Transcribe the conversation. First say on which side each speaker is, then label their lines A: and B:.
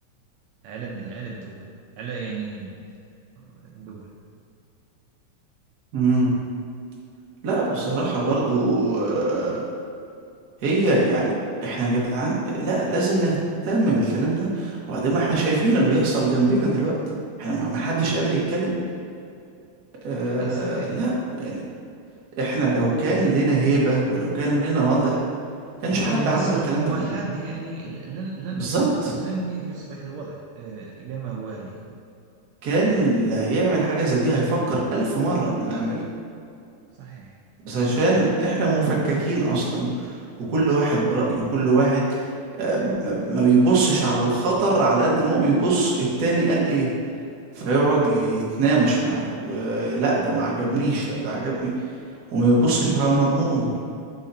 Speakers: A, on the right (about 75°); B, on the right (about 45°).
A: على ال- على الدول على يعني الدول
B: مم. لا بصراحة برضو آه هي يعني احنا يا جدعان لا لازم نهتم بالكلام ده وبعدين ما احنا شايفين اللي بيحصل جنبنا دلوقتي احنا ما ما حدش قادر يتكلم آه
A: آه صحيح
B: لا يعني احنا لو كان لنا هيبة ولو كان لنا وضع كانش
A: لو كان
B: حد
A: لنا
B: عمل
A: صوت
B: الكلام
A: موحد
B: ده
A: يعني لن لن
B: بالظبط
A: لن يصبح الوضع آه، إلى ما هو عليه
B: كان اللي هيعمل حاجة زي دي هيفكر ألف مرة قبل ما يعملها
A: صحيح
B: بس عشان إحنا مفككين أصلا وكل واحد برأيه وكل واحد آه، ما ما بيبصش على الخطر على قد ما هو بيبص التاني قال إيه فيقعد يتناوش معاه ولا ده ما عجبنيش لا ده عجبني وما يبصش على المضمون